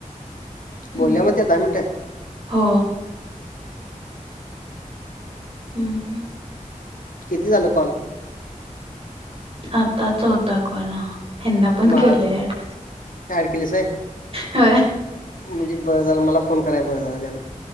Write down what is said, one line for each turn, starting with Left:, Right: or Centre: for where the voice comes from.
Right: हम्म
Left: बोलल्या मग त्या दहा मिनटं.
Right: हो हम्म.
Left: किती झालं कॉल?
Right: आत्ता ताच चौथा कॉल हा. यांना पण
Left: माझ
Right: केले ऍड
Left: ऍड केलेस आहे
Right: होय.
Left: म्हणजे बरं झालं मला फोन कराय बरं झालं त्यांना